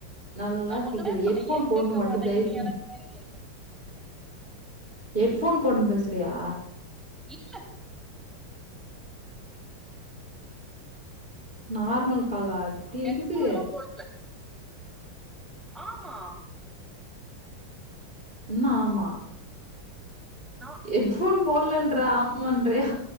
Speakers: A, on the right (about 25°); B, in the centre.
A: நல்லா
B: நா
A: கேக்குது
B: ஒண்ணுமே
A: ஹெட்ஃபோன்
B: பண்ணல ஏ
A: போட்ணு
B: கேட்க
A: மட்டு
B: மாட்டேங்குதுன்னு
A: தயவு செஞ்
B: எனக்குமே தெரியல
A: ஹெட்ஃபோன் போட்ணு பேசுறியா
B: இல்ல
A: நார்மல் காலா இப்டி இருக்குது
B: ஹெட்ஃபோன்லா போட்ல ஆமா
A: என்ன ஆமா
B: நா
A: ஹெட் ஃபோன் போட்லன்ற ஆமான்றியா